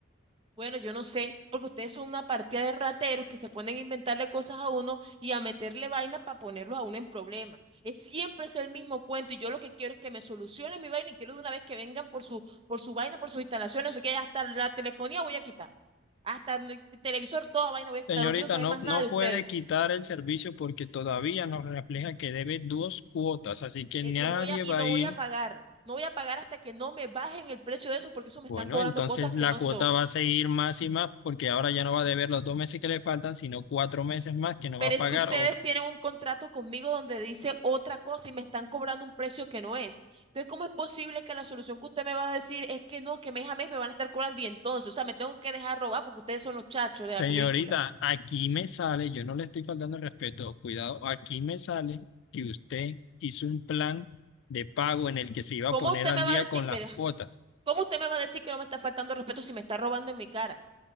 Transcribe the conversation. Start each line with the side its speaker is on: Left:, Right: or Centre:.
Right: Bueno, yo no sé, porque ustedes son una partida de rateros que se ponen a inventarle cosas a uno y a meterle vainas para ponerlo a uno en problemas. Es siempre es el mismo cuento y yo lo que quiero es que me solucionen mi vaina y quiero de una vez que vengan por su, por su vaina, por sus instalaciones, no sé qué, hasta la telefonía voy a quitar, hasta el televisor, toda vaina voy a quitar,
Left: Señorita,
Right: no quiero saber
Left: no,
Right: más nada
Left: no
Right: de
Left: puede
Right: ustedes.
Left: quitar el servicio porque todavía nos refleja que debe dos cuotas, así que
Right: Eh,
Left: nadie
Right: no voy a, y
Left: va
Right: no
Left: a ir.
Right: voy a pagar, no voy a pagar hasta que no me bajen el precio de eso porque eso me
Left: Bueno,
Right: están cobrando
Left: entonces
Right: cosas que
Left: la
Right: no
Left: cuota
Right: son.
Left: va a seguir más y más porque ahora ya no va a deber los dos meses que le faltan, sino cuatro meses más que no
Right: Pero
Left: va a pagar
Right: es que ustedes
Left: o
Right: tienen un contrato conmigo donde dice otra cosa y me están cobrando un precio que no es. Entonces, ¿cómo es posible que la solución que usted me va a decir es que no, que mes a mes me van a estar cobrando y entonces, o sea, me tengo que dejar robar porque ustedes son los chachos
Left: Señorita,
Right: de la película?
Left: aquí me sale, yo no le estoy faltando el respeto, cuidado, aquí me sale que usted hizo un plan de pago en el que se iba
Right: ¿Cómo
Left: a poner
Right: usted
Left: al
Right: me va
Left: día
Right: a decir,
Left: con las
Right: pero,
Left: cuotas.
Right: cómo usted me va a decir que no me está faltando respeto si me está robando en mi cara?